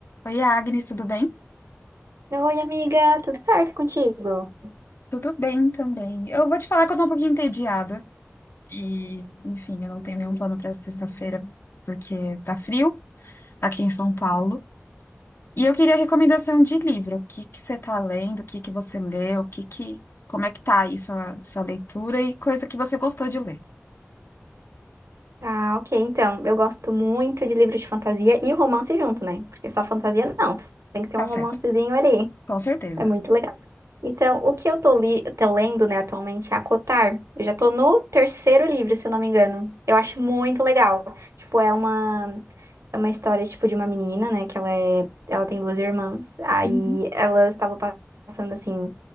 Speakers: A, on the left; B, on the right.
A: Oi, Agnes, tudo bem?
B: Oi, amiga, tudo certo contigo?
A: Tudo bem também. Eu vou te falar que eu tô um pouquinho entediada. E, enfim, eu não tenho nenhum plano pra sexta-feira, porque tá frio aqui em São Paulo. E eu queria recomendação de livro. O que que você tá lendo? O que que você leu? O que que, como é que tá aí sua, sua leitura e coisa que você gostou de ler.
B: Ah, ok, então, eu gosto muito de livros de fantasia e romance junto, né? Porque só fantasia não, tem que ter
A: Tá
B: um
A: certo.
B: romancezinho ali.
A: Com certeza.
B: É muito legal. Então, o que eu tô, li tô lendo, né, atualmente é Acotar. Eu já tô no terceiro livro, se eu não me engano. Eu acho muito legal. Tipo, é uma é uma história tipo de uma menina, né, que ela é ela tem duas irmãs. Aí
A: Uhum.
B: elas estavam passando assim